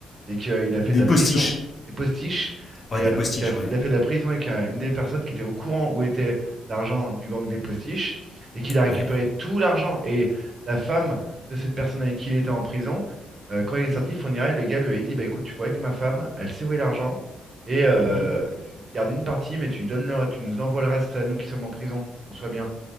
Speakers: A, on the right; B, on the left.
A: et qu'il a fait
B: Des
A: de la
B: postiches.
A: prison des postiches et
B: Ouais, des
A: euh,
B: postiches,
A: qu'il a fait-
B: ouais.
A: il a fait de la prison avec euh, une des personnes qui était au courant où était l'argent du gang des postiches et qu'il a récupéré
B: Ouais.
A: tout l'argent et la femme de cette personne avec qui il était en prison. euh, quand il est sorti, Fourniret, le gars lui a dit, bah écoute, tu vois avec ma femme, elle sait où est l'argent et euh,
B: Mhm.
A: tu gardes une partie, mais tu donnes leur, tu nous envoies le reste à nous qui sommes en prison pour qu'on soit bien.